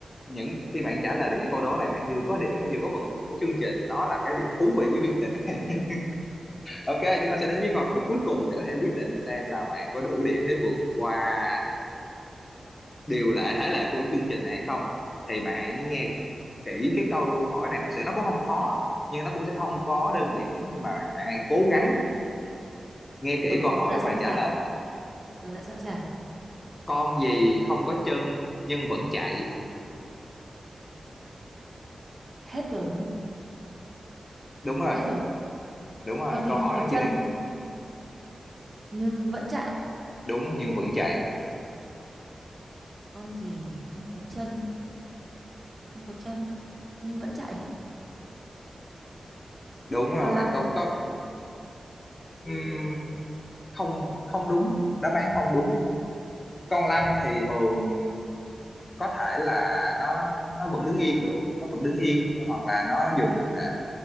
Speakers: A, on the left; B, on the right.
A: những khi bạn trả lời được những câu đố này bạn vừa có điểm và vừa có phần của chương trình đó là cái điều thú vị của chương trình <laughs> ok chúng ta sẽ đến với câu hỏi cuối cùng để có thể quyết định xem là bạn có đủ điểm để vượt qua điều lệ thể lệ của chương trình này hay không thì bạn hãy nghe kỹ cái câu hỏi này thật sự nó cũng không khó nhưng nó cũng sẽ không có đơn giản nhưng mà bạn, bạn hãy cố gắng nghe kỹ
B: tôi
A: câu hỏi
B: tôi đã sẵn
A: và trả
B: sàng
A: lời
B: Tôi đã sẵn sàng.
A: con gì không có chân nhưng vẫn chạy
B: Hết rồi đúng không?
A: đúng rồi
B: Hết rồi.
A: đúng rồi
B: Con gì
A: câu hỏi
B: không có
A: nó
B: chân
A: chỉ đơn
B: nhưng vẫn chạy.
A: đúng nhưng vẫn chạy
B: Con gì không có chân, không có chân nhưng vẫn chạy.
A: đúng rồi
B: Con lăn,
A: câu câu ừm, không không đúng đáp án không đúng con lăn thì thường có thể là nó nó vẫn đứng yên được nó vẫn đứng yên hoặc là nó dùng để